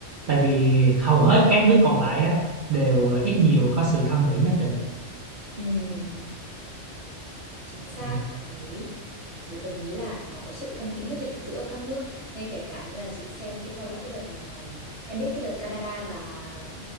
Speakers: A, on the right; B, on the left.
A: tại vì hầu hết các nước còn lại á đều ít nhiều có sự thân Mỹ nhất định.
B: Ừm. Chính xác,
A: Ừ.
B: đồng ý. Đủ- Đồng ý là nó có sự thân mỹ nhất định giữa các nước. Ngay kể cả như là chị xem cái theo dõi cái đợt à, em biết cái đợt Canada và